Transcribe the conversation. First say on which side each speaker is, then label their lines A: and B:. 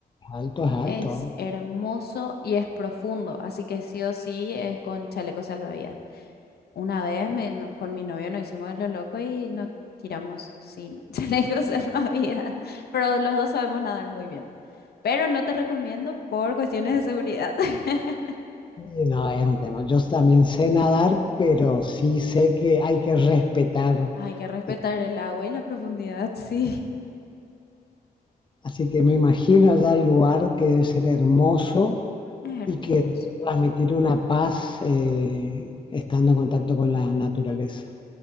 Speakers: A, on the left; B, on the left.
A: Alto es
B: Es
A: alto.
B: hermoso y es profundo, así que sí o sí es con chaleco salvavidas. Una vez me- no- con mi novio nos hicimos los locos y nos tiramos sin <laughs> chalecos salvavidas, pero los dos sabemos nadar muy bien. Pero no te recomiendo por cuestiones de seguridad. <laughs>
A: Y No, es un tema. Yo también sé nadar, pero sí sé que hay que respetar.
B: Hay que respetar
A: eh,
B: el agua y la profundidad, <laughs> sí.
A: Así que me imagino ya el lugar que debe ser hermoso
B: Es hermoso.
A: y que debe transmitir una paz eh, estando en contacto con la naturaleza.